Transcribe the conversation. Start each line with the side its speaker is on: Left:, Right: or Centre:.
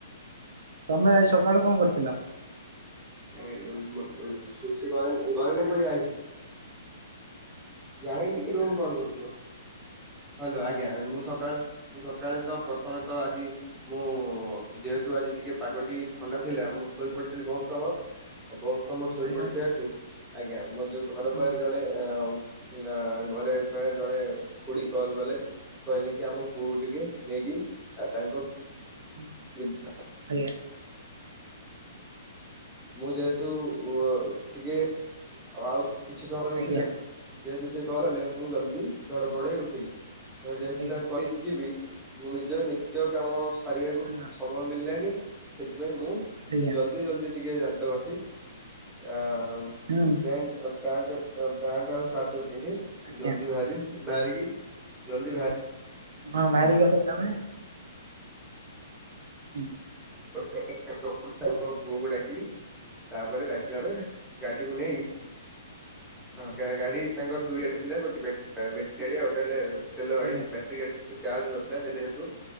Right: ତମେ ଆଜି ସକାଳୁ କଣ କରିଥିଲ?
Centre: ଏ ସୁ ଘରେ ଘରେ ନାଁ କହି ଯାଇଛି <unintelligible> ଜାଣିନି ଟିକେ ରୁହ ମୁଁ କଲ କରୁଛି ରୁହ। ହ୍ୟାଲୋ ଆଜ୍ଞା ମୁଁ ସକାଳେ ମୁଁ ସକାଳେ ତ ପ୍ରଥମେ ତ ଆଜି ମୁଁ- ଯେହେତୁ ଆଜି ଟିକେ ପାଗଟି ଥଣ୍ଡା ଥିଲା, ମୁଁ ଶୋଇ ପଡିଥିଲି ବହୁତ ସମୟ। ବହୁତ ସମୟ ଶୋଇପଡିିଥିବା
Right: ଆଜ୍ଞା
Centre: ହେତୁ ଆଜ୍ଞା ମୋ ଯୋଉ ଘର
Right: ହୁଁ
Centre: ପାଖରେ ଜଣେ ଅ ନା ଘରେ ପା ଜଣେ ଖୁଡି କଲ କଲେ କହିଲେ କି ଆମ ପୁଅକୁ ଟିକେ ନେଇକି ଆଉ ତାଙ୍କ
Right: ହୁଁ।
Centre: <unintelligible>
Right: ଆଜ୍ଞା।
Centre: ମୁଁ ଯେହେତୁ-ଉ-ଉ-ଓ ଟିକେ ଆଉ କିଛି ସମୟରେ
Right: ଆଜ୍ଞା
Centre: ଉଠିଥାନ୍ତି। ଯେହେତୁ ସେ କରଲେ ମୁଁ ଜଲ୍ଦି ଧଡ଼ପଡ଼ ହେଇ ଉଠିଲି। ଅ ଯେହେତୁ
Right: ଆଜ୍ଞା
Centre: ତାଙ୍କୁ କହିଚି ଯିବି ମୁଁ ନିଜ ନିତ୍ୟ କାମ ସାରିବାକୁ
Right: ହଁ
Centre: ସମୟ ମିଳିଲାନି ସେଥିପାଇଁ ମୁଁ
Right: ଆଜ୍ଞା
Centre: ଜଲଦି ଜଲଦି ଟିକେ ଦାନ୍ତ ଘସି ଆ-ଆ-ଆ
Right: ହୁଁ
Centre: ପ୍ୟା ପ୍ୟାଣ୍ଟ ପ୍ୟାଣ୍ଟ ଆଉ ସାର୍ଟ ଟିକୁ ପିନ୍ଧି
Right: ଆଜ୍ଞା
Centre: ଜଲଦି ବାହାରି ବାହାରିକି ଜଲଦି ବା
Right: ହଁ ବାହାରି ଗଲେ ତାପରେ ହୁଁ
Centre: <unintelligible> ପୁଅକୁ ଡାକିଲି ତାପରେ ଡାକିଲା ପରେ ଗାଡିଟିକୁ ନେଇ ହଁ ଗାଡି ତାଙ୍କର ଦୁଇ ଗାଡି ଥିଲା, ଗୋଟେ ବ୍ୟାଟ ବ୍ୟାଟେରୀ ଗାଡି ଆଉ ଗୋଟେ ହେଲା ତେଲ ଗାଡି।
Right: ଆଜ୍ଞା
Centre: ସେଇ ଗାଡୀଟିରେ ଚାର୍ଜ ନଥିଲା ଯେହେତୁ,